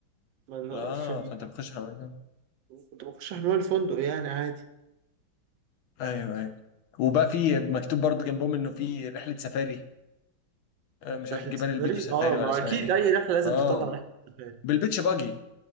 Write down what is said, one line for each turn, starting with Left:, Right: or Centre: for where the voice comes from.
Right: ما-
Left: اه
Right: في-
Left: فانت بتخش الحمام
Right: كنت بخش حمام الفندق يعني عادي
Left: ايوه ايوه وبقى في مكتوب برضو جنبهم انه في رحله سفاري آه، مش
Right: رحله
Left: عارف جبال
Right: سفاري
Left: البيدو سفاري
Right: اه ما
Left: ولا اسمها
Right: اكيد
Left: ايه
Right: اي رحله لازم
Left: اه
Right: تطلع رحله سفاري
Left: بالبيتش باجي